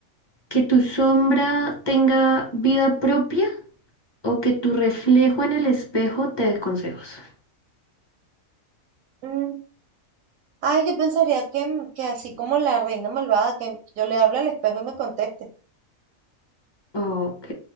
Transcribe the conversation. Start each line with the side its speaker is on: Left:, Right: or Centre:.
Left: ¿Que tu sombra tenga vida propia o que tu reflejo en el espejo te dé consejos?
Right: Mm, Ay, yo pensaría que, que así como la reina malvada, que yo le hablo al espejo y me conteste.
Left: Ok,